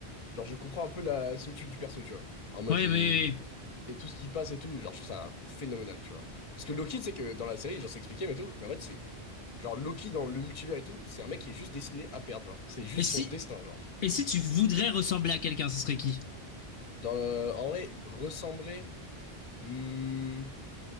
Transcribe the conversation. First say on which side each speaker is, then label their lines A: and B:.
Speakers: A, on the left; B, on the left.
A: genre, je comprends un peu la solitude du perso, tu vois. En mode,
B: Ouais,
A: euh,
B: Oui, oui, oui.
A: et tout ce qui passe et tout, genre, je trouve ça phénoménal, tu vois. Parce que Loki, c'est que dans la série, genre, c'est expliqué, mais tout, mais en fait, c'est, genre, Loki dans le multivers et tout, c'est un mec qui est juste destiné à perdre, genre. C'est juste
B: Et si,
A: son destin, genre.
B: et si tu voudrais ressembler à quelqu'un, ce serait qui?
A: Dans, en vrai, ressembler. Hmm,